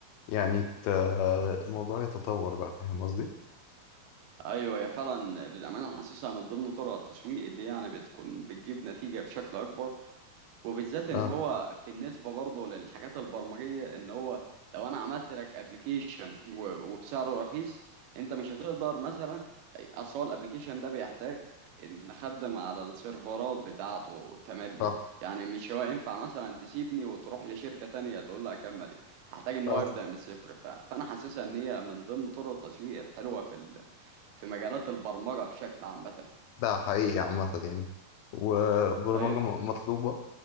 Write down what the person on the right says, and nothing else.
أيوه يا فعلا للأمانة حاسسها من ضمن طرق التسويق اللي يعني بتكون بتجيب نتيجة بشكل أكبر وبالذات ان
هو بالنسبه برضه للحاجات البرمجيه ان هو لو انا عملت لك ابلكيشن وبسعر رخيص انت مش هتقدر مثلا اصل هو الابلكيشن ده بيحتاج ان اخدم على السيرفرات بتاعته تملي
يعني مش هو ينفع مثلا تسيبني وتروح لشركه تانية تقول لها كملي هحتاج ان
هو يبدا من الصفر ف... فانا حاسسها ان هي من ضمن طرق التسويق الحلوه في ال... في مجالات البرمجه بشكل عامه
طيب